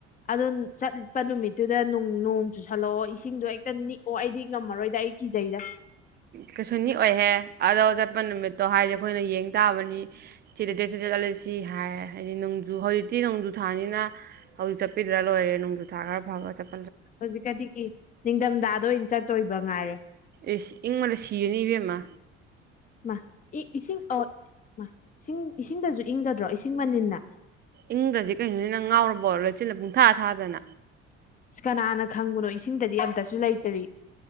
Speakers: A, on the left (about 25°); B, on the right (about 30°).
A: ꯑꯗꯨ ꯆꯠꯄ ꯅꯨꯃꯤꯠꯇꯨꯗꯅꯨꯡ ꯅꯣꯡ ꯆꯨꯁꯜꯂꯛꯑꯣ ꯏꯁꯤꯡꯗꯣ ꯍꯦꯛꯇ ꯅꯤꯛꯑꯣ ꯑꯩꯗꯤ ꯉꯝꯃꯔꯣꯏꯗ ꯑꯩ ꯀꯤꯖꯩꯗ
B: ꯀꯩꯁꯨ ꯅꯤꯛ ꯑꯣꯏꯍꯦ ꯑꯗꯣ ꯆꯠꯄ ꯅꯨꯃꯤꯠꯇꯣ ꯍꯥꯏꯗꯤ ꯑꯩꯈꯣꯏꯅ ꯌꯦꯡ ꯇꯥꯕꯅꯤ ꯁꯤꯗ ꯗꯦꯠꯁꯤꯗ ꯆꯠꯂꯁꯤ ꯍꯥꯏ ꯍꯥꯏꯗꯤ ꯅꯣꯡꯖꯨ ꯍꯧꯖꯤꯛꯇꯤ ꯅꯣꯡꯖꯨ ꯊꯥꯅꯤꯅ ꯍꯧꯖꯤꯛ ꯆꯠꯄꯤꯗ꯭ꯔ ꯂꯣꯏꯔꯦ ꯅꯣꯡꯖꯨꯊꯥ ꯈꯔ ꯐꯥꯔꯒ ꯆꯠ
A: ꯍꯧꯖꯤꯛꯀꯗꯤꯀꯤ ꯅꯤꯡꯊꯝꯊꯥꯗ ꯑꯣꯏꯅ ꯆꯠꯇꯣꯏꯕ ꯉꯥꯏꯔꯦ
B: ꯏꯁ ꯏꯪꯕꯅꯥ ꯁꯤꯔꯥꯅꯤ ꯏꯕꯦꯝꯃꯥ
A: ꯏꯃꯥ ꯏ ꯏꯁꯤꯡ ꯑꯣ ꯃꯥ ꯏꯁꯤꯡ ꯏꯁꯤꯡꯗꯁꯨ ꯏꯪꯒꯗ꯭ꯔꯣ ꯏꯁꯤꯡ ꯃꯅꯤꯜꯅ
B: ꯏꯪꯗ꯭ꯔꯗꯤ ꯀꯩꯅꯣꯅꯦ ꯅꯪ ꯉꯥꯎꯔꯕꯣ ꯂꯩꯆꯤꯟꯅ ꯄꯨꯡꯊꯥ ꯊꯥꯗꯅ
A: ꯀꯅꯥꯅ ꯈꯪꯕꯅꯣ ꯏꯁꯤꯡꯗꯗꯤ ꯑꯝꯇꯁꯨ ꯂꯩꯇ꯭ꯔꯤ